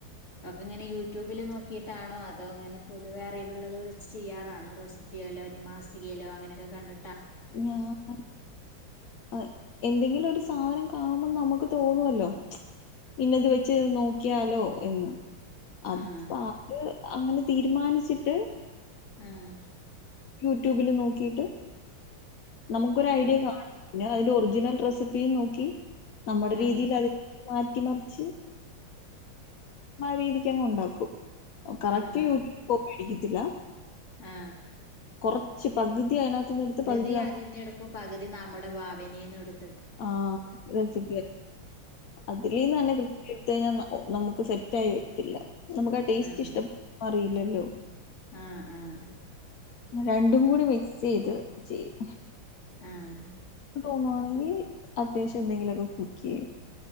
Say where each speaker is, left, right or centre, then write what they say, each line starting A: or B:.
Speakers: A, on the left; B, on the left.
A: അവൊക്കെങ്ങനെ യൂട്യൂബില് നോക്കിട്ടാണോ അതോ ഇങ്ങനെ പൊതുവേ അറിവ്ള്ളത് വെച്ച് ചെയ്യാറാണോ റെസി പ്പിയേലൊ ഞ്ഞ് മാസികേലോ അങ്ങനെക്കെ കണ്ട്
B: ഞാൻ <unintelligible> അയ് എന്തെങ്കിലൊ ഒരു സാധനം കാണുമ്പോ നമ്മക്ക് തോന്നുവല്ലോ ഇന്നത് വെച്ച് നോക്കിയാലോ എന്ന് അത്
A: ആഹ്
B: അര് അങ്ങനെ തീരുമാനിച്ചിട്ട്
A: ആഹ്
B: യുട്യൂബില് നോക്കിട്ട്. നമുക്കൊരു
A: ഉണ്ടാക്കും
B: ഐഡിയ കാണും പിന്നെ അതിന്റെ ഒറിജിനൽ റെസിപ്പീ നോക്കി നമ്മുടെ
A: ആഹ്
B: രീതിയിൽ അതി മാറ്റി മറിച്ച് ആ രീതിക്ക് അങ്ങ് ഉണ്ടാക്കും. കറക്റ്റ്
A: ആഹ്
B: യൂട്യൂബ കോപ്പി അടിക്കത്തില്ല.
A: ആഹ്
B: കുറച്ച് പകുതി അതിനകത്തിന്നടത്ത് പകു
A: ഇതി അതിന്ന് എടുക്കും പകുതി നമ്മുടെ ഭാവനെന്ന് ടുക്കും.
B: ആഹ റെസി അതിൽന്ന് തന്നെ കൃത്യ എടുത്ത് കഴിഞ്ഞാ നമുക്ക് സെറ്റയരും. ല്ല നമുക്ക് ആ ടേസ്റ്റ്
A: ആഹ്
B: ഇഷ്ടപ്പെ അറില്ലല്ലോ.
A: ആഹ് ആഹ്
B: രണ്ടും കൂടി മിക്സ് ചെയ്ത് ചെയ്യും.
A: ആഹ്
B: തോന്നുവാണെങ്കിൽ അത്യാവശ്യം എന്തെങ്കിലുലൊക്കെ കുക്ക്യ്യും.